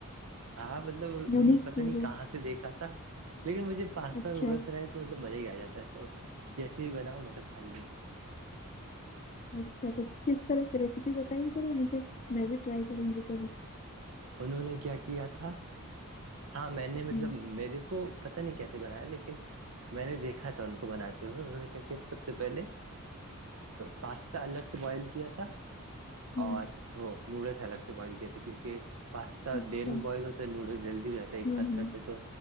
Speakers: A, on the right (about 70°); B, on the left (about 30°).
A: ہاں مطلب انہوں
B: یونیک
A: نے پتا
B: چیز
A: نہیں
B: ہے
A: کہاں سے دیکھا تھا لیکن مجھے پاستا
B: اچھا
A: نوڈلس رہ تو مطلب مزہ ہی آ جاتا ہے تو جیسے بھی بناؤ میں تو کھا لوں گا
B: اچھا تو کس طرح کی ریسیپی بتائیے ذا مجھے میں بھی ٹرائی کروں گی کبھی
A: انہوں نے کیا کیا تھا ہاں میں نے مطلب
B: ہوں
A: میرے کو پتا نہیں کیسے بنایا لیکن میں نے دیکھا تھا ان کو بناتے ہوئے انہوں نے کیا کیا تھا سب سے پہلے پاستا الگ سے بوائل کیا تھا
B: ہوں
A: اور وہ نوڈلس الگ سے بوائل کیاتے ہیں کیونکہ پاستا
B: اچھا
A: دیر میں بوائل ہوتا ہے نوڈلس جلدی رہتا
B: ہوں
A: ہے ایک ساتھ
B: ہوں
A: کرتے تو